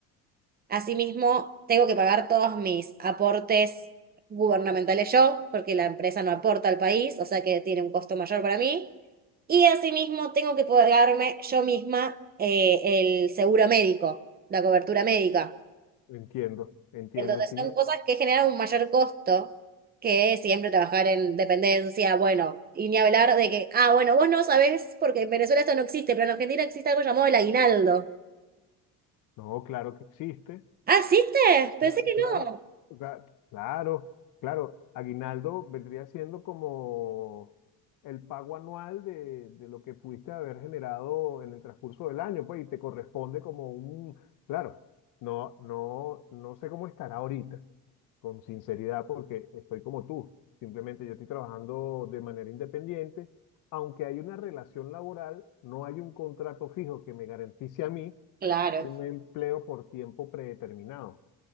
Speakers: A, on the right; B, on the left.
A: Asimismo, tengo que pagar todos mis aportes gubernamentales yo, porque la empresa no aporta al país, o sea que tiene un costo mayor para mí. Y asimismo, tengo que pagarme yo misma eh, el seguro médico, la cobertura médica.
B: Entiendo, entiendo,
A: Entonces,
B: sí,
A: son cosas que generan un mayor costo que siempre trabajar en dependencia, bueno, y ni hablar de que, ah, bueno, vos no sabés, porque en Venezuela esto no existe, pero en Argentina existe algo llamado el aguinaldo.
B: no, claro que existe,
A: ¿Ah, existe? Pensé
B: Cla-
A: que
B: Claro,
A: no.
B: cla- claro, claro. Aguinaldo vendría siendo como el pago anual de, de lo que pudiste haber generado en el transcurso del año, pues, y te corresponde como un, claro, no, no, no sé cómo estará ahorita, con sinceridad, porque estoy como tú. Simplemente yo estoy trabajando de manera independiente. Aunque hay una relación laboral, no hay un contrato fijo que me garantice a mí
A: Claro,
B: un empleo por tiempo predeterminado.